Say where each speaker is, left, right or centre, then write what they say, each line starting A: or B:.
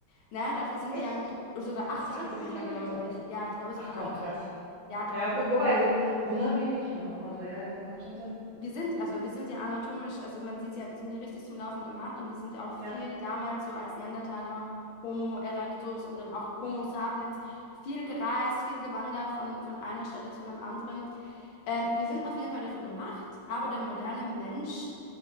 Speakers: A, on the left; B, on the right.
A: Na, dafür sind
B: echt?
A: wir ja wirklich, oh, sogar 80
B: 20
A: Kilometer,
B: Kilometer?
A: glaube ich. Ja, ich glaube
B: Ach
A: sogar
B: komm,
A: 80.
B: krass.
A: Ja, doch,
B: Ja,
A: doch.
B: wobei, wund- wundert mich nicht, ne? Also ja, ja, macht schon Sinn.
A: Wir sind, also wir sind ja anatomisch, also man sieht ja, wir sind ja richtig zum Laufen gemacht und wir sind ja auch viel
B: Ja,
A: damals so als Neandertaler, Homo erectus und dann auch Homo sapiens, viel gereist, viel gewandert von, von einer Stelle zu einem anderen. Ähm, wir sind auf jeden Fall dafür gemacht, aber der moderne Mensch.